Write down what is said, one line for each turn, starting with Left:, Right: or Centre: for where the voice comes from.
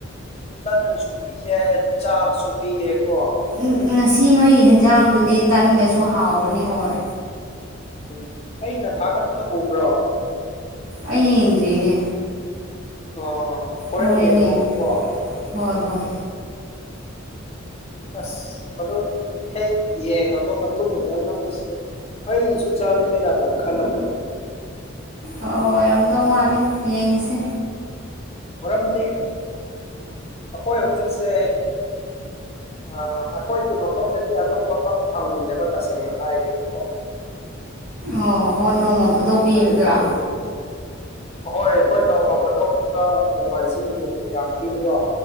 Left: ꯇꯟꯁꯨ ꯄꯤꯌꯦ ꯆꯥꯥꯛꯁꯨ ꯄꯤꯌꯦꯀꯣ
Right: ꯎꯝ ꯉꯁꯤ ꯅꯣꯏꯒꯤ ꯍꯦꯟꯖꯥꯡꯗꯨꯗꯤ ꯇꯟꯒꯁꯨ ꯍꯥꯎꯕꯅꯤ ꯍꯣꯏ
Left: ꯎ ꯑꯩꯅ ꯊꯥꯒꯠꯄꯗꯣ ꯎꯕ꯭ꯔꯣ
Right: ꯑꯩ ꯌꯦꯡꯗ꯭ꯔꯤꯅꯦ
Left: ꯑꯣ
Right: ꯍꯣꯔꯦꯟ
Left: ꯌꯦꯡꯉꯣ
Right: ꯌꯦꯡꯒꯦ
Left: ꯀꯣ
Right: ꯍꯣꯏ ꯍꯣꯏ
Left: ꯑꯁ ꯃꯗꯨ ꯍꯦꯛ ꯌꯦꯡꯉꯕ ꯃꯇꯨꯡꯗ ꯅꯪꯁꯦ ꯑꯩꯁꯨ ꯆꯥꯅꯤꯡꯉꯦꯗꯒ ꯈꯜꯂꯛꯀꯅꯤ
Right: ꯑ ꯑꯣꯏꯔꯝꯗꯧ ꯃꯥꯜꯂꯦ ꯌꯦꯡꯁꯦ
Left: ꯃꯔꯝꯗꯤ ꯑꯈꯣꯏ ꯍꯧꯖꯤꯛꯁꯦ ꯑ ꯑꯈꯣꯏꯒꯤ ꯃꯐꯝꯗꯗꯤ ꯑꯗꯨꯝꯕ ꯄꯥꯛ ꯐꯪꯗꯦꯕ ꯇꯁꯦꯡꯅ ꯍꯥꯏꯒꯦꯕꯀꯣ
Right: ꯑꯣ ꯍꯣ ꯅꯣꯡꯃ ꯐꯥꯗꯣꯛ ꯄꯤꯕꯗꯨꯔꯥ
Left: ꯑꯗꯨꯒꯤ ꯑꯍꯣꯏ ꯑꯈꯣꯏ ꯅꯣꯡꯃ ꯐꯗꯣꯛꯈꯤꯕ ꯅꯣꯡꯃꯥꯏꯖꯤꯡꯒꯤ ꯅꯨꯃꯤꯗꯥꯡ ꯄꯤꯕꯗꯣ